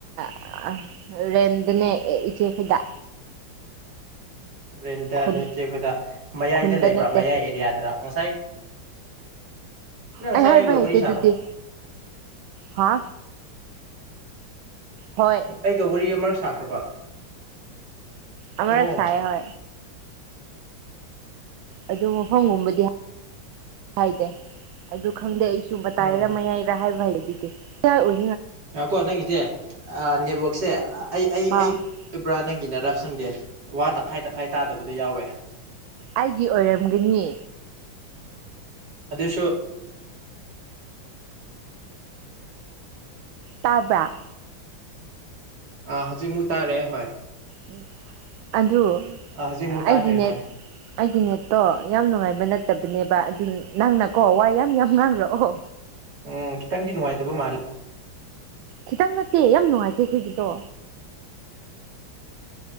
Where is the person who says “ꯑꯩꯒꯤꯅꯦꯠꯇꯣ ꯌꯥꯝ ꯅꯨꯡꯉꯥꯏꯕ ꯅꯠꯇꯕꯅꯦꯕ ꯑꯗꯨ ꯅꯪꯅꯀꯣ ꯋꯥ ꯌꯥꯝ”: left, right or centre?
Right